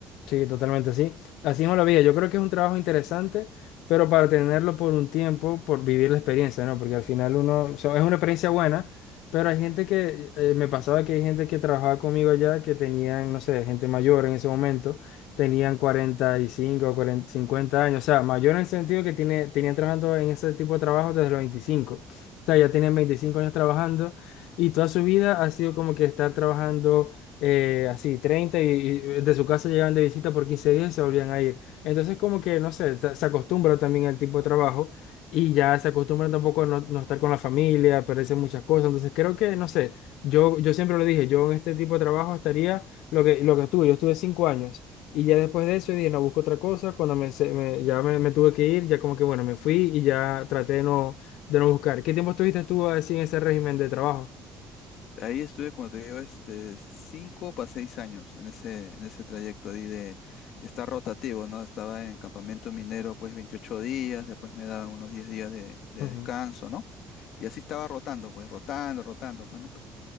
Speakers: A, on the left; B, on the left.
A: Sí, totalmente, sí. Así no la vida. Yo creo que es un trabajo interesante, pero para tenerlo por un tiempo, por vivir la experiencia, ¿no? Porque al final uno, o sea, es una experiencia buena, pero hay gente que, eh, me pasaba que hay gente que trabajaba conmigo allá que tenían, no sé, gente mayor en ese momento, tenían 45, 40, 50 años, o sea, mayor en el sentido que tiene, tenían trabajando en ese tipo de trabajo desde los 25. O sea, ya tienen 25 años trabajando y toda su vida ha sido como que estar trabajando eh, así, 30 y, y de su casa llegaban de visita por 15 días y se volvían a ir. Entonces, como que, no sé, se, se acostumbra también al tipo de trabajo y ya se acostumbran tampoco a no, no estar con la familia, a perderse muchas cosas. Entonces, creo que, no sé, yo, yo siempre lo dije, yo en este tipo de trabajo estaría lo que, lo que estuve, yo estuve 5 años. Y ya después de eso dije, no, busco otra cosa. Cuando me, se- me- ya me, me tuve que ir, ya como que, bueno, me fui y ya traté de no, de no buscar. ¿Qué tiempo estuviste tú así en ese régimen de trabajo?
B: Ahí estuve, como te digo, este, cinco para seis años en ese, en ese trayecto ahí de estar rotativo, ¿no? Estaba en campamento minero, pues 28 días, después me daban unos 10 días de, de
A: Ujú,
B: descanso, ¿no? Y así estaba rotando, pues rotando, rotando, bueno,